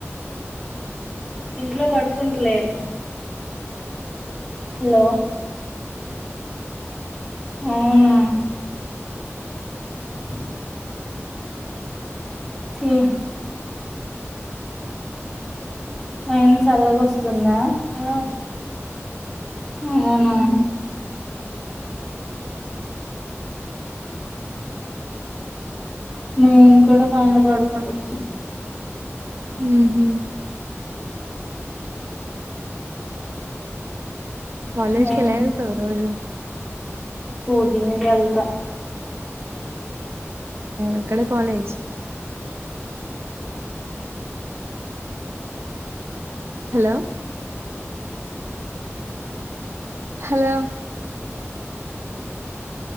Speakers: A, in the centre; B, on the right (about 55°).
A: ఇంట్లో పడుకుంట్లేర్ హలో! అవునా <inaudible> తీ ఫైన చల్లగా వస్తుందా ఆ ఉ అవునా మేము
B: నువ్వు కూడా
A: పైన
B: కనబడుతుం
A: పడుకుంటాం
B: ఊహు కాలేజ్
A: నేను
B: కెళ్ళావు రోజు
A: స్కూటీ మీద ఎల్త
B: ఇక్కడ college hello hello